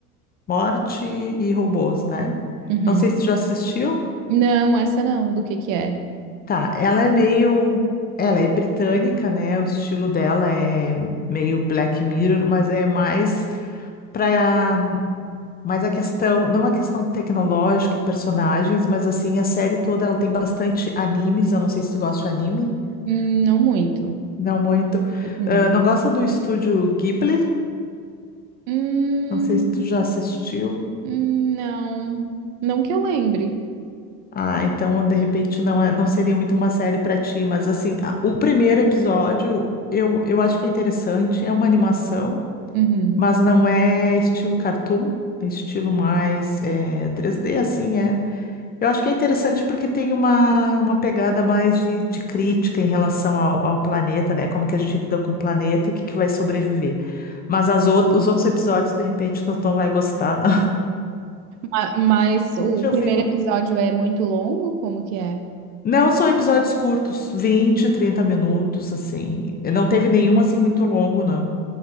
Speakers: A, on the left (about 20°); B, on the right (about 50°).
A: morte e robôs, né?
B: Uhum.
A: Não sei se tu já assistiu.
B: Não, essa não, do que que é?
A: Tá, ela é meio. Ela é britânica, né? O estilo dela é meio Black Mirror, mas é mais pra Mas a questão, não a questão tecnológica e personagens, mas assim, a série toda ela tem bastante animes. Eu não sei se tu gosta de anime,
B: Hum, não muito.
A: não muito.
B: Uhum.
A: Ah, não gosta do estúdio Ghibli?
B: Hum,
A: Não sei se tu já assistiu.
B: hum, não, não que eu lembre.
A: Ah, então de repente não é, não seria muito uma série pra ti, mas assim, a- o primeiro episódio eu, eu acho que é interessante, é uma animação,
B: Uhum.
A: mas não é estilo cartoon, é estilo mais eh, 3D, assim, é. Eu acho que é interessante porque tem uma, uma pegada mais de, de crítica em relação ao, ao planeta, né? Como que a gente lida com o planeta e o que, que vai sobreviver. Mas as out- os outros episódios, de repente, não, não vai gostar, não.
B: Ma- Mas,
A: <laughs>
B: o
A: Deixa eu
B: primeiro
A: ver outro.
B: episódio é muito longo? Como que é?
A: Não, são episódios curtos, 20, 30 minutos, assim. Não teve nenhum, assim, muito longo, não.